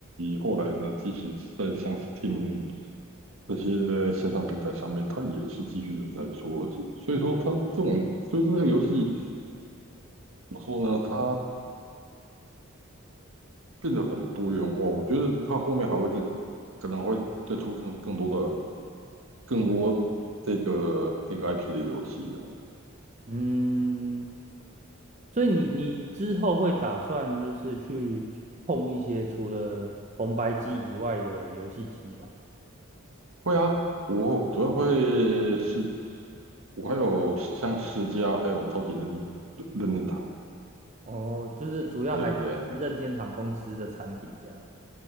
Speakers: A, on the right (about 70°); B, on the right (about 35°).
A: 后来呢，即使在像 Steam。这些线上平台上面，它也是继续的在做，而且所以说它这种，所以这个游戏怎么说呢？它变得很多元化，我觉得它后面还会再，可能还会再出更更多的更多这个这个 IP 的游戏啊。
B: 嗯，所以你你之后会打算就是去碰一些除了红白机以外的游戏机吗？
A: 会啊，我主要会是，我还有像世嘉，还有超级任任天堂，
B: 哦，就是主要还是任天堂公司的产品这样。
A: 对对对，